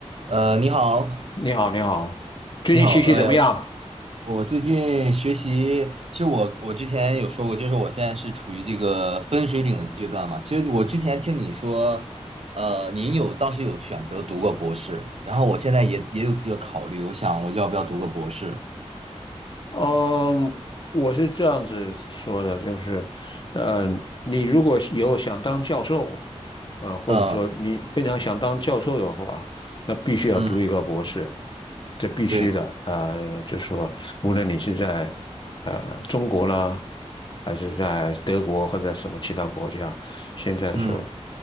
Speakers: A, on the right; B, on the left.
A: 呃，你好，
B: 你好，你好，最近学习怎么样？
A: 你好，哎呦，我最近学习，其实我我之前有说过，就是我现在是处于这个分水岭的阶段嘛。其实我之前听你说，呃，您有当时有选择读过博士，然后我现在也也有这个考虑，我想我要不要读个博士？
B: 嗯，我是这样子说的，就是，嗯，你如果以后想当教授，呃，或者说你非常想当教授的话，
A: 嗯
B: 那必须要读一个博士，
A: 嗯，
B: 这必须的。
A: 对，
B: 呃，就说无论你是在呃中国啦，还是在德国或者在什么其他国家，现在说
A: 嗯，